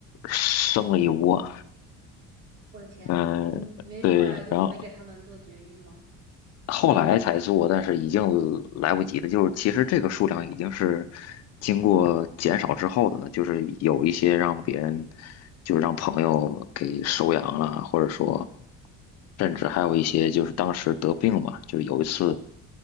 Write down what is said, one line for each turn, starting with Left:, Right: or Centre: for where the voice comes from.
Left: 生了一窝，
Right: <laughs> 我的天呐，
Left: 嗯，
Right: 嗯，没，
Left: 对，
Right: 后来就没给他们做绝育吗？
Left: 然后后来才做，但是已经来不及了。就是其实这个数量已经是经过减少之后的了，就是有一些让别人，就是让朋友给收养了，或者说，甚至还有一些就是当时得病嘛，
Right: 啊，
Left: 就是有一次